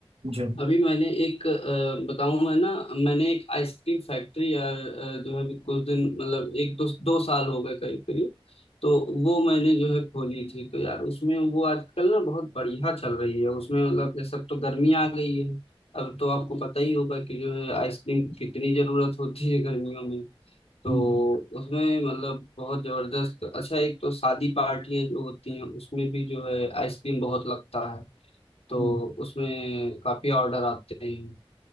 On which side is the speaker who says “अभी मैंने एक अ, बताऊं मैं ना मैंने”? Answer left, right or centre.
Left